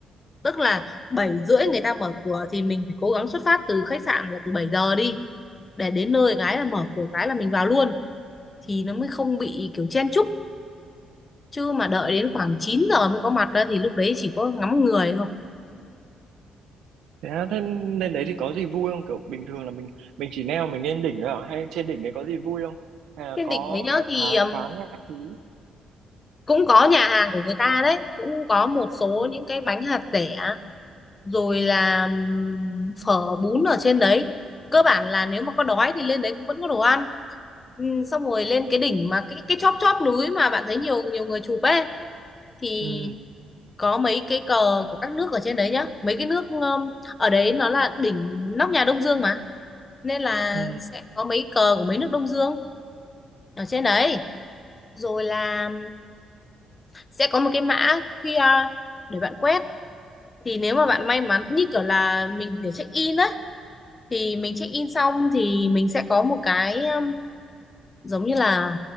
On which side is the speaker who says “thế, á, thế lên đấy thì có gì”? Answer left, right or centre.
Right